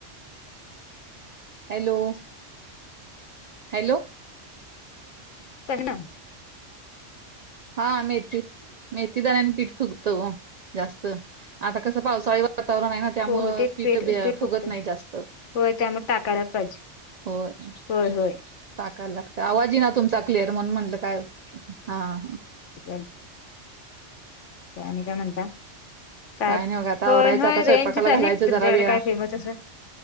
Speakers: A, on the right (about 65°); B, on the left (about 75°).
A: Hello, hello.
B: करिन ना. <unintelligible>
A: हा मेथी मेथी दाण्यानं आणि पीठ फुगतं हो जास्त आता कसं पावसाळी वा वातावरण आहे ना त्यामुळं
B: हो हो तेच
A: पीठ फुगत
B: फक्त
A: नाही जास्त.
B: होय त्यामुळं टाकायला पाहिजे.
A: होय.
B: होय होय
A: टाकायला लागत आवाज इना तुमचा क्लिअर म्हणून म्हणलं काय हा हा.
B: <unintelligible> ते आणि काय म्हणता? कॅप
A: काय नाही बघा आता
B: होय
A: आवरायचं
B: होय
A: आता स्वयंपाकाला
B: रेंजचाली
A: घालायचं जरा
B: तुमच्याकडं
A: वेळ
B: काय फेमस असं?